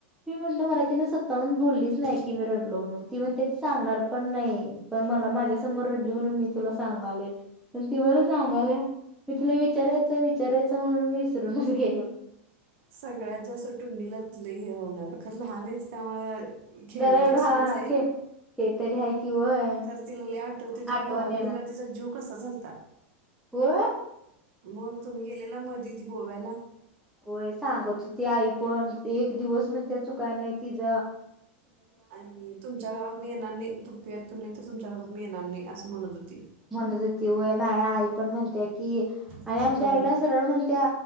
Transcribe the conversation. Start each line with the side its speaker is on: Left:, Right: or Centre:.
Centre: मी म्हटल मला तिने सत्ता म्हण बोललीच नाही की मी रडलो म्हणून ती म्हण ती सांगणार पण नाही पण मला माझ्या समोर रडली म्हणून मी तुला सांगाले प ती मला सांगाल्या मी तुला विचारायचं विचारायचं म्हणूनी विसरूनच गेलो
Right: सगळ्यात जास्त टुंडीला ल हे होणार खरं लहान आहेच त्यामु खेळण्यात
Centre: जरा एवढा
Right: विसरून
Centre: हा
Right: जाईल
Centre: खेळ ते तरी हाय की वय
Right: तर तिला ल आठवते तुम्ही
Centre: आठवण
Right: गावाला गेल तिचा जीव कसा चालता
Centre: हो
Right: मग तुम्ही गेलेला मध गोव्याला
Centre: होय सांगत ती आई पण एक दिवस म्हण त्या चुकाय नाही तिच
Right: आणि तुमच्या घरात मी येणार नाही तेतो नाही तर तुमच्या घरात म मि येणार नाही असं म्हणत होती
Centre: म्हणत होती य ना आई पण म्हणतेय की
Right: हम्म.
Centre: आणि आमच्या आईला सरळ म्हणत्या